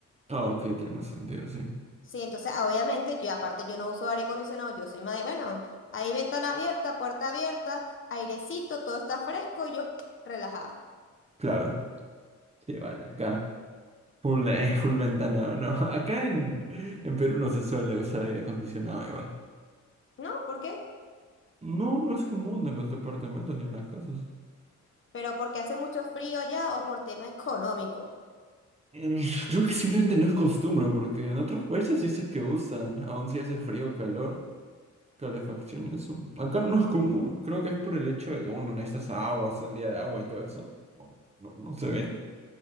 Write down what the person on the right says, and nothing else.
Ah, ok, tiene más sentido, sí.
Claro. Sí, vale, acá. Full, eh, <laughs> full ventana, ¿o no? <laughs> Acá en, en Perú no se suele usar aire acondicionado igual.
No, no es común en los departamentos ni en las casas.
Mm, Creo que simplemente no es costumbre, porque en otros países sí sé que usan, aun si hace frío o calor, calefacción, eso. Acá no es común. Creo que es por el hecho de que, bueno, necesitas agua, salida de agua y todo eso. No, no, no se ve.